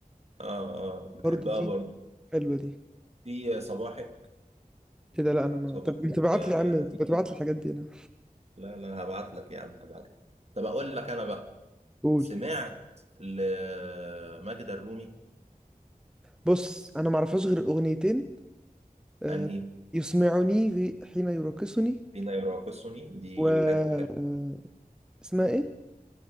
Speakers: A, on the right; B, in the centre.
A: اه اه
B: برضه
A: بحبها
B: دي
A: برضو
B: حلوه دي
A: في صباحك
B: ايه ده لا انا ما
A: صباحك
B: طب انت بعت
A: آه،
B: لي يا عم
A: لذيذه
B: انت بتبعت لي الحاجات دي انا
A: لا لا هبعت لك يا عم هبعت لك طب اقول لك انا بقى
B: قول
A: سمعت لماجدة الرومي
B: بص انا ما اعرفهاش غير اغنيتين آه،
A: انهي
B: يسمعني غي- حين يراقصني
A: فينا يراقصني دي
B: و آه،
A: حلو حلو
B: اسمها ايه